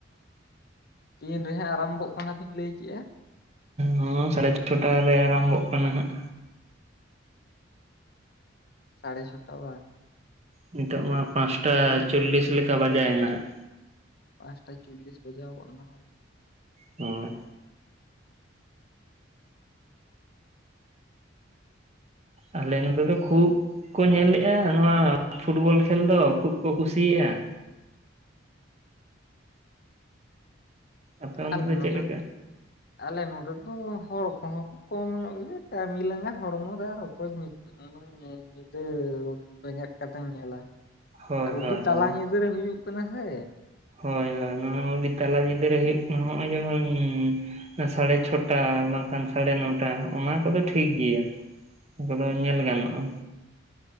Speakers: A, on the left; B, on the right.
A: ᱛᱤᱱ ᱨᱮᱦᱟᱸᱜ ᱟᱨᱟᱢᱵᱷᱚᱜ ᱠᱟᱱᱟ ᱵᱤᱱ ᱞᱟᱹᱭ ᱠᱮᱜᱼᱟ?
B: <unintelligible> ᱥᱟᱲᱮ ᱪᱷᱚᱴᱟ ᱨᱮ ᱟᱨᱟᱢᱵᱷᱚᱜ ᱠᱟᱱᱟ ᱦᱟᱸᱜ।
A: ᱥᱟᱲᱮ ᱪᱷᱚᱴᱟ ᱵᱟ?
B: ᱱᱤᱛᱚᱜ ᱢᱟ ᱯᱟᱸᱪᱴᱟ
A: ᱢᱮᱱᱟᱜᱼᱟ
B: ᱪᱚᱞᱞᱤᱥ ᱞᱮᱠᱟ ᱵᱟᱡᱟᱭᱱᱟ ᱦᱟᱸᱜ।
A: ᱯᱟᱸᱪᱴᱟ ᱪᱚᱞᱞᱤᱥ ᱵᱟᱡᱟᱣ ᱜᱚᱫ ᱱᱟᱦᱟᱜ।
B: ᱦᱳᱭ। ᱟᱞᱮ ᱱᱚᱛᱮ ᱫᱚ ᱠᱷᱩᱵ ᱼᱼ ᱠᱚ ᱧᱮᱞᱮᱜᱼᱟ। ᱱᱚᱣᱟ ᱯᱷᱩᱴᱵᱚᱞ ᱠᱷᱮᱞ ᱫᱚ, ᱠᱷᱩᱵ ᱠᱚ ᱠᱩᱥᱤᱭᱟᱜᱼᱟ। ᱟᱯᱮ ᱚᱱᱛᱮ
A: ᱟᱞᱮ
B: ᱫᱚ
A: ᱱᱚᱰᱮᱛ,
B: ᱪᱮᱫ ᱞᱮᱠᱟ
A: ᱟᱞᱮ ᱱᱚᱰᱮ ᱫᱚ ᱦᱚᱲ ᱠᱚᱦᱚᱸ ᱠᱚ ᱼᱼ ᱠᱚᱢ ᱧᱚᱜ ᱜᱮᱭᱟ। ᱠᱟᱹᱢᱤ ᱞᱟᱸᱜᱟ ᱦᱚᱲᱢᱚ ᱨᱮ ᱟᱨ ᱚᱠᱚᱭ। <unintelligible> <inaudible> ᱧᱤᱫᱟᱹ ᱵᱮᱸᱜᱮᱫ ᱠᱟᱛᱮᱢ ᱧᱮᱞᱟ।
B: ᱦᱳᱭ
A: ᱟᱨ ᱩᱰᱤ
B: ᱦᱳᱭ
A: ᱪᱟᱞᱟ
B: ᱦᱳᱭ
A: ᱧᱤᱫᱟᱹ ᱨᱮ ᱦᱩᱭᱩᱜ ᱠᱟᱱᱟ ᱥᱮ?
B: ᱦᱳᱭ ᱦᱳᱭ, ᱱᱚᱣᱟ ᱟᱹᱰᱤ ᱛᱟᱞᱟ ᱧᱤᱫᱟᱹ ᱨᱮ ᱦᱩᱭᱩᱜ ᱠᱟᱱ ᱦᱚᱜᱼᱚᱭ ᱡᱮᱢᱚᱱ <inaudible> <unintelligible> ᱥᱟᱲᱮ ᱪᱷᱚᱴᱟ ᱵᱟᱝᱠᱷᱟᱱ ᱥᱟᱲᱮ ᱱᱚᱴᱟ ᱚᱱᱟ ᱠᱚᱫᱚ ᱴᱷᱤᱠ ᱜᱮᱭᱟ। ᱠᱚᱫᱚ ᱧᱮᱞ ᱜᱟᱱᱚᱜᱼᱟ।